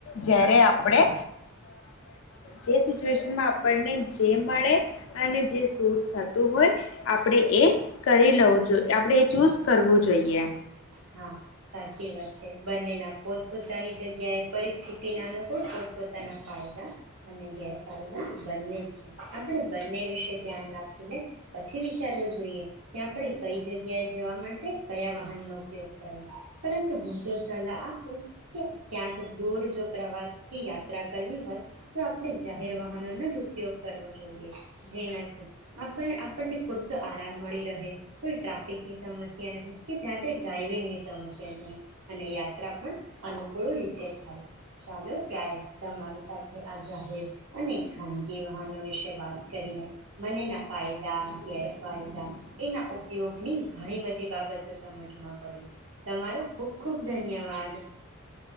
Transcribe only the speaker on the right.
હા સાચી વાત છે. બંનેના પોતપ પોતાની જગ્યા એ પરિસ્થિતિ તેના અનુકૂળ પોતપોતાના ફાયદા અને ગેરફાયદા બંને જ છે આપણે બંને વિશે ધ્યાન રાખીને પછી વિચારવું જોઈએ કે આપણે કઈ જગ્યાએ જવા માટે કયા વાહનનો પરંતુ હું તો સલાહ આપું કે ક્યાંક દૂર જો પ્રવાસ કે યાત્રા કરવી હોય તો આપણે જાહેર વાહનોનો જ ઉપયોગ કરવો જોઈએ જેનાથી આપ આપણને પૂરતો આરામ મળી રહે કોઈ ટ્રાફિકની સમસ્યા નહી કે જાતે ડ્રાાઈવિંગની સમસ્યા નહી અને યાત્રા પણ અનુકૂળ રીતે થાય ચાલો ત્યારે તમારી સાથે આ જાહેર અને ખાનગી વાહનો વિશે વાત કરીને મનેના ફાયદા ગેરફાયદા એના ઉપયોગની ઘણી બધી બાબતો સમજવામાં પડી. તમારો ખુબ ખુબ ધન્યવાદ.